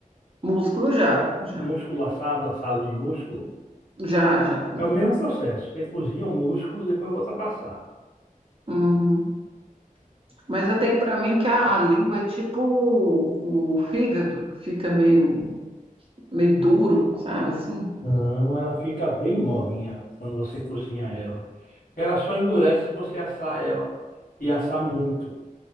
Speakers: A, on the right (about 40°); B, on the left (about 80°).
A: Músculo já, já,
B: músculo assado, assado de músculo?
A: já, já comi.
B: É o mesmo processo. Você cozinha o músculo, depois bota a passar.
A: Uhum. Mas eu tenho para mim que a, a língua é tipo o, o fígado, que fica meio, meio duro, sabe assim?
B: Não, ela fica bem molinha quando você cozinha ela. Ela só endurece se você assar ela. E assar muito.